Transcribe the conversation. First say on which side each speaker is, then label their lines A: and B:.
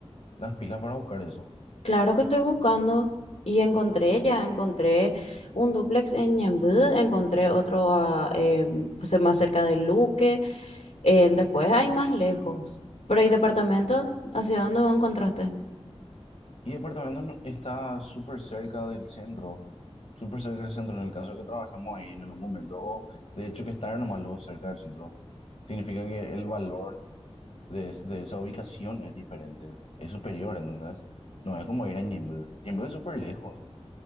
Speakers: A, on the left (about 65°); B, on the left (about 85°).
A: las pilas para buscar eso.
B: Claro que estoy buscando y encontré ya, encontré un dúplex en Ñemby, encontré otro a, eh, pues, más cerca de Luque, eh, después hay más lejos. Pero ¿y departamento? ¿Hacia dónde lo encontraste?
A: Y departamento no- está súper cerca del centro, súper cerca del centro, en el caso que trabajemos ahí en algún momento, o de hecho que estar nomás luego cerca del centro, significa que el valor de, es- de esa ubicación es diferente, es superior, ¿entendés? No es como ir a Ñemby. Ñemby es súper lejos.